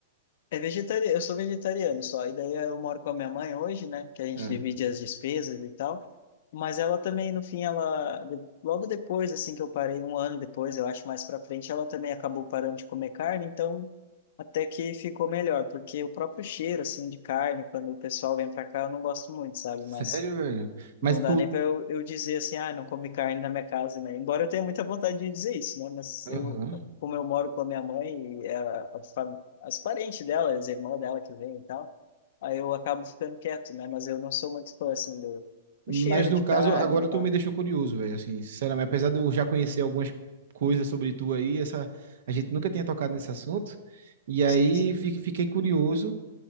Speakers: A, on the left; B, on the right.
A: É vegetariano, eu sou vegetariano só, e daí eu moro com a minha mãe hoje, né, que a gente
B: É.
A: divide as despesas e tal, mas ela também, no fim, ela, de- logo depois, assim, que eu parei, um ano depois, eu acho, mais pra frente, ela também acabou parando de comer carne, então até que ficou melhor, porque o próprio cheiro, assim, de carne, quando o pessoal vem pra cá, eu não gosto muito, sabe,
B: Sério,
A: mas
B: velho?
A: não
B: Mas tu.
A: dá nem para eu, eu dizer assim, ah, não come carne na minha casa, né? Embora eu tenha muita vontade de dizer isso, né? Mas eu,
B: Aham.
A: como eu moro com a minha mãe e ela- a fam- as parentes dela, as irmãs dela que vêm e tal, aí eu acabo ficando quieto, né? Mas eu não sou muito fã, assim, do,
B: Mas
A: do cheiro
B: no
A: de
B: caso,
A: carne
B: agora
A: e tal.
B: tu me deixou curioso, velho. Assim, sinceramente, apesar de eu já conhecer algumas coisas sobre tu aí, essa, a gente nunca
A: Uhum.
B: tinha tocado nesse assunto. E aí
A: Sim, sim.
B: fique- fiquei curioso.